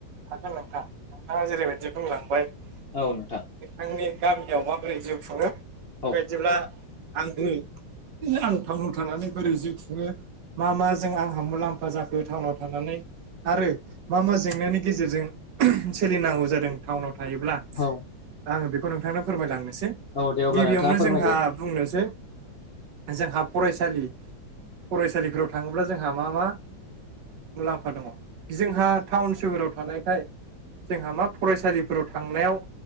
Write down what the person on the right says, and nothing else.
हागोन नोंथां नोंथाङा जेरैबायदि। बुंलांबाय नोंथांनि
गामियाव माबोरै जिउ खुङो। बेबायदिब्ला
आंबो आं टाउनाव थानानै बोरै जिउ खुङो। मा मा जों आंहा मुलाम्फा जाखो टाउनाव थानानै आरो मा मा जेंनानि गेजेरजों सोलिनांगौ जादों टाउनाव। थायोब्ला
आङो बेखौ नोंथांनो फोरमायलांनो।
गिबियावनो
जोंहा बुंनोसै जोंहा फरायसालि फरायसालिफोराव थाङोब्ला जोंहा मा मा। मुलाम्फा दङ जोंहा टाउन सोहोराव थानायखाय। जोंहा मा फरायसालिफोराव थांनायाव